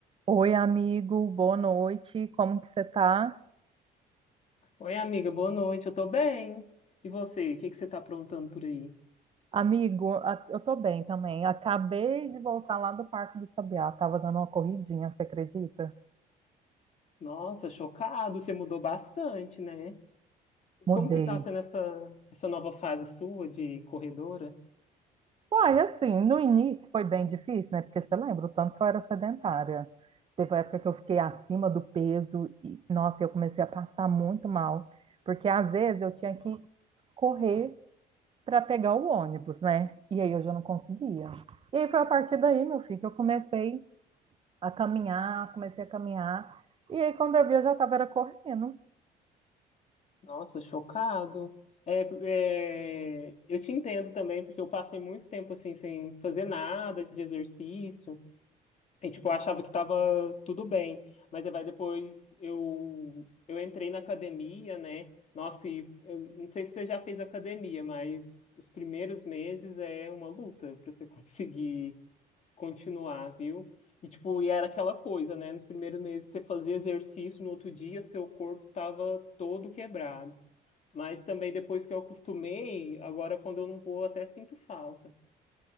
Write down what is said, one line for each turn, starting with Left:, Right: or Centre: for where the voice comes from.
Right: Oi, amigo, boa noite. Como que você tá?
Left: Oi, amiga, boa noite. Eu tô bem. E você, o que que você tá aprontando por aí?
Right: Amigo, a- eu tô bem também. Acabei de voltar lá do Parque do Sabiá. Tava dando uma corridinha, você acredita?
Left: Nossa, chocado, você mudou bastante, né?
Right: Mudei.
Left: Como que tá sendo essa, essa nova fase sua de corredora?
Right: Uai, assim, no início foi bem difícil, né? Porque você lembra o tanto que eu era sedentária. Teve uma época que eu fiquei acima do peso e, nossa, eu comecei a passar muito mal. Porque às vezes eu tinha que correr para pegar o ônibus, né? E aí eu já não conseguia. E aí foi a partir daí, meu filho, que eu comecei. a caminhar, comecei a caminhar. E aí, quando eu vi, eu já estava era correndo.
Left: Nossa, chocado. É, é, eu te entendo também, porque eu passei muito tempo assim sem fazer nada de exercício. E, tipo, eu achava que tava tudo bem. Mas aí vai depois eu, eu entrei na academia, né? Nossa, e eu não sei se você já fez academia, mas os primeiros meses é uma luta para você <laughs> conseguir continuar, viu? E tipo, e era aquela coisa, né? Nos primeiros meses você fazia exercício, no outro dia seu corpo tava todo quebrado. Mas também depois que eu acostumei, agora quando eu não vou, até sinto falta.